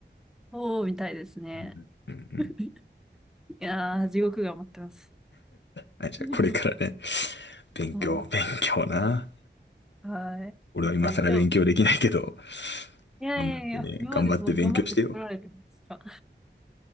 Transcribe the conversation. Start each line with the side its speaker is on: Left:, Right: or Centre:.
Centre: そうみたいですね。
Left: うんうんうん
Centre: <laughs> いやー、地獄が待ってます。
Left: あ、じゃあこれからね、
Centre: <laughs>
Left: 勉強、
Centre: そう
Left: 勉強な。
Centre: はい。
Left: 俺は今更勉強できないけど、
Centre: なんか一応、いやいやいや、
Left: 頑張ってね、
Centre: 今までその頑張ってこられてるんですか。
Left: 頑張って勉強してよ。